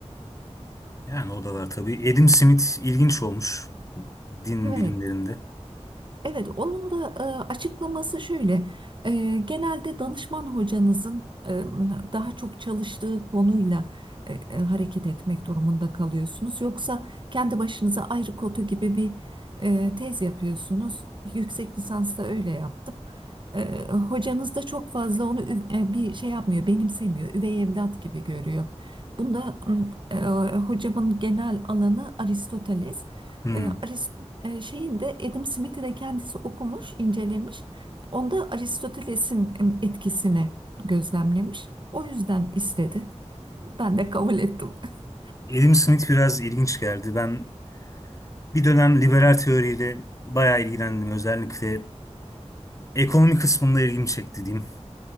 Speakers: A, on the left (about 30°); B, on the right (about 45°).
A: Yani o da var tabii. Adam Smith ilginç olmuş din
B: Evet.
A: bilimlerinde.
B: Evet, onun da e, açıklaması şöyle. E, genelde danışman hocanızın e, daha çok çalıştığı konuyla e, e, hareket etmek durumunda kalıyorsunuz. Yoksa kendi başınıza ayrı kotu gibi bir e, tez yapıyorsunuz. Yüksek lisansta öyle yaptım. E, hocanız da çok fazla onu üv- e, bir şey yapmıyor, benimsemiyor. Üvey evlat gibi görüyor. Bunda m, e, hocamın genel alanı Aristoteles.
A: Hmm.
B: E, Arist e, şeyin de Adam Smith'i de kendisi okumuş, incelemiş. Onda Aristoteles'in em, etkisini gözlemlemiş. O yüzden istedi. Ben de kabul ettim. <laughs>
A: Adam Smith biraz ilginç geldi. Ben Bir dönem liberal teoriyle bayağı ilgilendim. Özellikle ekonomi kısmında ilgimi çekti diyeyim.